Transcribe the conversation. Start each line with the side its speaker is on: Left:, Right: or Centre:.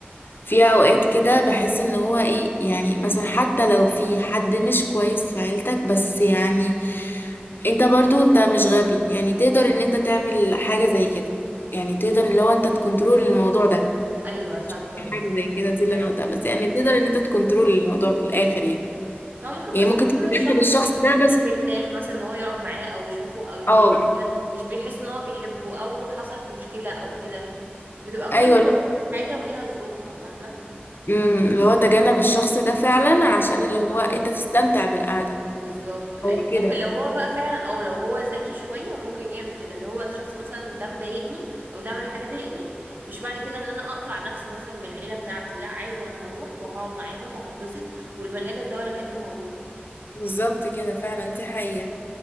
Left: في اوقات كده بحس ان هو ايه يعني مثلا حتى لو في حد مش كويس في عيلتك بس يعني انت برضو انت مش غبي يعني تقدر ان انت تعمل حاجة زي كده يعني تقدر اللي هو انت تكنترول الموضوع ده
Right: ايوه صح برضه
Left: حاجة زي
Right: صح
Left: كده دي اللي
Right: حاجه
Left: انا قلتها
Right: كويسه
Left: بس يعني تقدر ان انت تكنترول الموضوع في الاخر يعني
Right: هو ممكن
Left: يعني
Right: مثلا
Left: ممكن تتجنب
Right: يكون الشخص
Left: الشخص
Right: مش
Left: ده
Right: مش
Left: بس
Right: مرتاح مثلا ان هو يقعد معاه او يشوفه او يجمعه
Left: اه
Right: كده مش بيحس ان هو بيحبه او حصلت مشكله او كده بتبقى كل
Left: ايوه
Right: برضه حاجه وليها ظروفها فاهمه
Left: مم، اللي هو تجنب الشخص ده فعلا عشان اللي هو انت تستمتع بالقعدة
Right: بالظبط ايوه
Left: هو كده
Right: ممكن لو هو بقى فعلا او لو هو ذكي شويه ممكن يعمل كده اللي هو الشخص مثلا ده مضايقني او ده عمل حاجه ضايقني مش معنى كده ان انا اقطع نفسي مثلا من العيله بتاعتي لا عادي انا هروح وهقعد معاهم وهبسط والبني ادم ده ولا كانه موجود
Left: بالظبط كده فعلا دي حقيقة